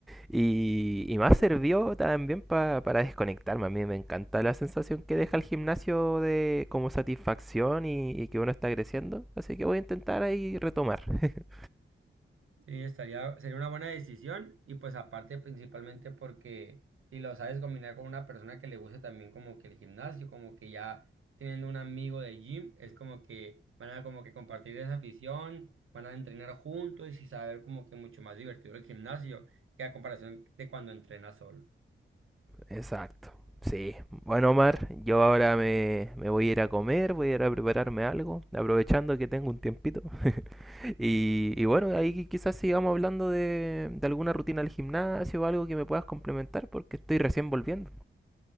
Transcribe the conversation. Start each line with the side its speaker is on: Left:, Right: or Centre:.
Centre: y, y me ha servido también pa- para desconectarme. A mí me encanta la sensación que deja el gimnasio de como satisfacción y, y que uno está creciendo. Así que voy a intentar ahí retomar. <laughs>
Right: Sí, estaría, sería una buena decisión y pues aparte principalmente porque si lo sabes combinar con una persona que le guste también como que el gimnasio, como que ya teniendo un amigo de gym, es como que van a como que compartir esa afición, van a entrenar juntos y saber como que mucho más divertido el gimnasio que a comparación de cuando entrenas solo.
Centre: Exacto. Sí. Bueno, Omar, yo ahora me, me voy a ir a comer, voy a ir a prepararme algo, aprovechando que tengo un tiempito. <laughs> Y, y bueno, ahí quizás sigamos hablando de, de alguna rutina al gimnasio o algo que me puedas complementar, porque estoy recién volviendo.